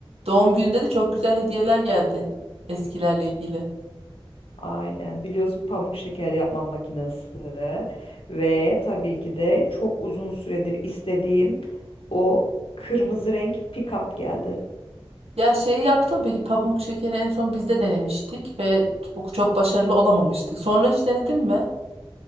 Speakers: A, on the right (about 80°); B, on the left (about 65°).
A: doğum gününde de çok güzel hediyeler geldi eskilerle ilgili.
B: Aynen biliyorsun pamuk şeker yapma makinesi ve tabii ki de çok uzun süredir istediğim o kırmızı renk pick-up geldi.
A: Ya şey yaptım peki pamuk şekeri en son bizde denemiştik ve çok çok başarılı olamamıştık. Sonra hiç denedin mi?